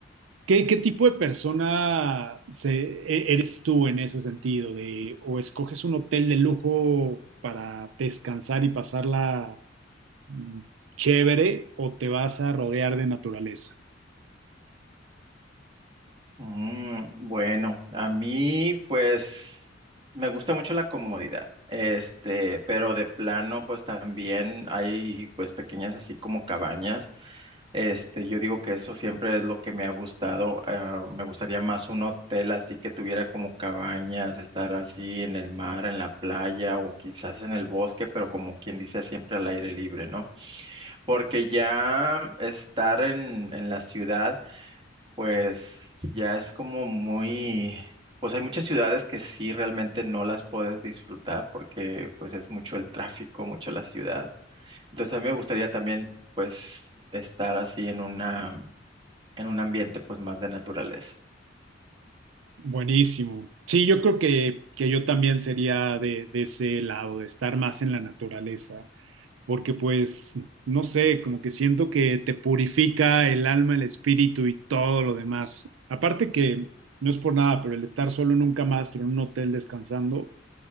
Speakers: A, on the right (about 85°); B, on the right (about 25°).
A: ¿Qué, qué tipo de persona se- e- eres tú en ese sentido? De, ¿o escoges un hotel de lujo para descansar y pasarla mm, chévere o te vas a rodear de naturaleza?
B: Mm, bueno, a mí pues me gusta mucho la comodidad, este, pero de plano pues también hay pues pequeñas así como cabañas Este, yo digo que eso siempre es lo que me ha gustado. ah, me gustaría más un hotel así que tuviera como cabañas, estar así en el mar, en la playa o quizás en el bosque, pero como quien dice, siempre al aire libre, ¿no? Porque ya estar en, en la ciudad, pues ya es como muy... Pues hay muchas ciudades que sí realmente no las puedes disfrutar porque pues es mucho el tráfico, mucho la ciudad. Entonces a mí me gustaría también pues estar así en una en un ambiente pues más de naturaleza.
A: Buenísimo. Sí, yo creo que, que yo también sería de, de ese lado, de estar más en la naturaleza. porque pues, no sé, como que siento que te purifica el alma, el espíritu y todo lo demás. Aparte que, no es por nada, pero el estar solo nunca más, pero en un hotel descansando,